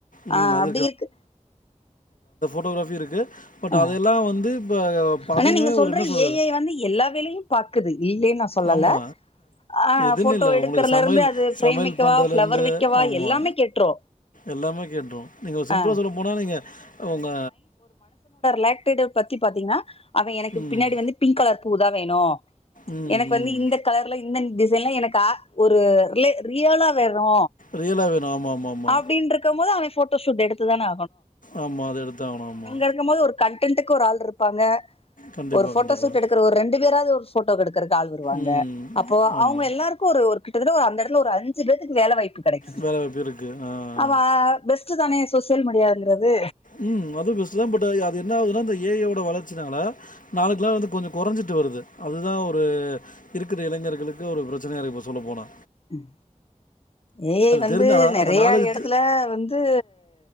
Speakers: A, on the left; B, on the left.
A: ம்
B: ஆ
A: அது
B: அப்டிருக்கு
A: டோகிராஃபி இருக்கு பட்
B: அ
A: அதெல்லாம் வந்து இப்ப பதினே
B: ஆனா நீங்க சொல்ற
A: ஒரு என்ன சொல்றது
B: ஏ ஐ வந்து எல்லா வேலையு பாக்குது இல்லைன்னு நா சொல்லல
A: ஆமா
B: ஆ
A: எதுன்னு
B: ஃபோட்டோ
A: இல்ல
B: எடுக்கறல
A: உனக்கு சமையல்
B: இருந்து அது ஃப்ரேம்
A: சமையல்
B: வைக்கவா
A: பண்றதுல
B: ஃப்ளவர்
A: இருந்து
B: வைக்கவா
A: ஆமா
B: எல்லாமே கேட்ரு
A: எல்லாமே கேட்ரு நீங்க சிம்பிளா
B: ஆ
A: சொல்ல போனா நீங்க உங்க
B: லேட்டடு பத்தி பாத்தீங்ன்னா அவ எனக்கு
A: ம்
B: பின்னாடி வந்து பிங்க் கலர் பூதா வேணு
A: ம்
B: எனக்கு
A: ம்
B: வந்து இந்த கலர்ல இந்த டி சைன்லா எனக்கு அ ஒரு ரே ரியலா வே ணு
A: ரியலா வேணும் ஆமா ஆமா ஆமா
B: அப்டின்றருக்கும் போது அவ போட்டோஷீட் எடுத்துதானா
A: ஆமா அது எடுத்துதாகணு ஆமா
B: இருக்கும் போது ஒரு கன்டென்டென்ட்க்கு ஒரு ஆள் இருப்பாங்க
A: கண்டிப்பா
B: ஒரு போட்டோ
A: கண்டிப்பா
B: ஷூட் எடுக்கற ஒரு ரெண்டு பேராது ஒரு சூட்டுக்கெடுத்து அங்கறந்து ஆள் வருவாங்க
A: ம்
B: அப்போ
A: ஆமா
B: அவங்க எல்லாருக்கு ஒரு ஒரு கிட்டதட்ட ஒரு அந்த எடத்துல ஒரு அஞ்சு பேத்துக்கு வேல வாய்ப்பு கெடைக்கிது
A: வேலை வாய்ப்பு இருக்கு ஆ ஆ
B: ஆமா பெஸ்ட் ட்டுதானே சோசியல் மீடியாங்கறது
A: ம் அது பெஸ்ட்டு தா பட் அது என்ன ஆகுதுன்னா அந்த ஏ ஏ ஓட வளர்ச்சினால நாளுக்குல்லா வந்து கொஞ்ச கொறைஞ்சிட்டு வருது அதுதா ஒரு இருக்கிற இளைஞர்களுக்கு ஒரு பிரச்சனையா இப்ப சொல்ல போனா
B: ம் ஏ ஐ வந்து
A: தெரிஞ்ச அ
B: நெறையாஎடத்துல
A: அந்த நாலேஜ்
B: வந்து